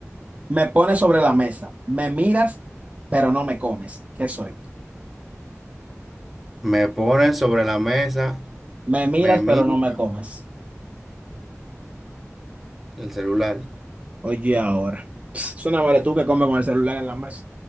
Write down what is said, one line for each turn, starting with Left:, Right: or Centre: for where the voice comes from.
Right: me pones sobre la mesa. Me miras, pero no me comes. ¿Qué soy?
Centre: Me ponen sobre la mesa,
Right: Me
Centre: me
Right: miras,
Centre: miras
Right: pero no me comes.
Centre: el celular,
Right: Oye, ahora. Pss, Suena madre tú que comes con el celular en la mesa.